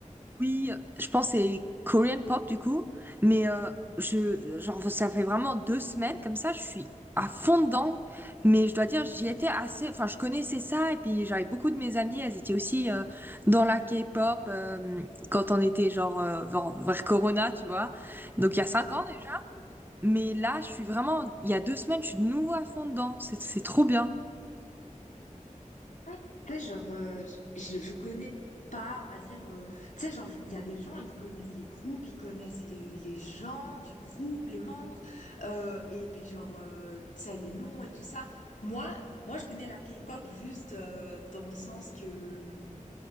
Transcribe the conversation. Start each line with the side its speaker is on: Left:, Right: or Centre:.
Right: Oui, je pense que c'est Korean pop du coup. Mais euh, je, genre, ça fait vraiment deux semaines comme ça. Je suis à fond dedans. Mais je dois dire, j'y étais assez. Enfin, je connaissais ça et puis j'avais beaucoup de mes amies. Elles étaient aussi euh, dans la K-pop euh, quand on était genre euh, vers, vers Corona, tu vois. Donc il y a cinq
Left: Ouais.
Right: ans déjà. Mais là, je suis vraiment. Il y a deux semaines, je suis de nouveau à fond dedans. C'est, c'est trop bien.
Left: Ouais, Tu sais, genre, euh, je, je connais pas, on va dire. euh, tu sais, genre, il y a des gens, ils connaissent les groupes, ils connaissent les, les gens du groupe, les membres, euh, et puis, genre, euh, tu sais, les noms et tout ça. Moi, moi, je connais la K-pop juste euh, dans le sens que. hum,